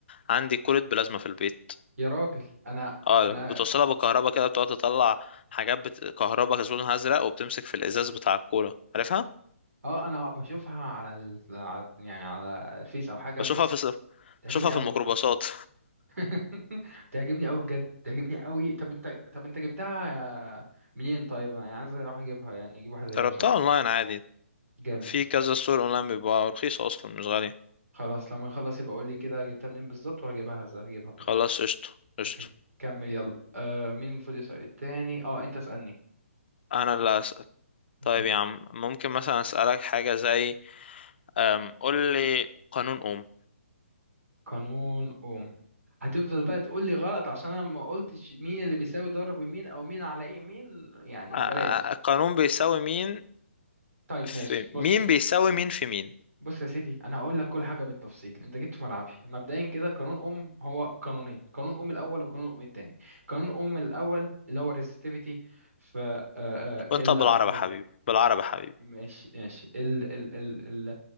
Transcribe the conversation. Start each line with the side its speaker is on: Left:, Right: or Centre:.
Left: عندي كولة بلازما في البيت
Right: يا راجل انا
Left: اه
Right: انا
Left: بتوصلها بالكهرباء كده بتقعد تطلع حاجات بت... كهرباء لونها ازرق وبتمسك في الازاز بتاع الكورة عارفها
Right: اه انا بشوفها على ال... على- يعني على الفيس او حاجة
Left: بشوفها
Right: بص
Left: في
Right: تعجبني
Left: بشوفها
Right: قوي
Left: في الميكروباصات
Right: <laughs> تعجبني قوي بجد تعجبني قوي طب انت طب انت جبتها يا- منين طيب انا يعني عايز اروح اجيبها يعني اجيب واحدة زيها
Left: جربتها
Right: بصراحة
Left: اونلاين عادي
Right: جامد
Left: في كذا ستور اونلاين بيبقى رخيصة اصلا مش غالية
Right: خلاص لما نخلص يبقى قول لي كده جبتها منين بالظبط وهجيبها هجيبها
Left: خلاص
Right: برضه
Left: قشطة قشطة
Right: اوكي كمل يلا آه مين المفروض يسأل التاني اه انت اسألني
Left: انا اللي هسأل
Right: مهم.
Left: طيب يا عم ممكن مثلا اسألك حاجة زي أم، قول لي قانون اوم
Right: قانون اوم هتفضل بقى تقول لي غلط عشان انا ما قلتش مين اللي بيساوي ضرب مين او مين على ايه مين يعني
Left: أ- أ-
Right: بلاش
Left: القانون بيساوي مين
Right: طيب
Left: في
Right: ماشي
Left: مين
Right: بص
Left: بيساوي مين في مين
Right: بص يا سيدي انا هقول لك كل حاجه بالتفصيل انت جيت في ملعبي مبدئيا كده قانون اوم هو قانونين قانون اوم الاول وقانون اوم التاني قانون اوم الاول اللي هو الريزستيفيتي ف آه، آه،
Left: وانت
Right: ال
Left: بالعربي
Right: على الاري
Left: يا حبيبي بالعربي يا حبيبي
Right: ماشي ماشي ال ال ال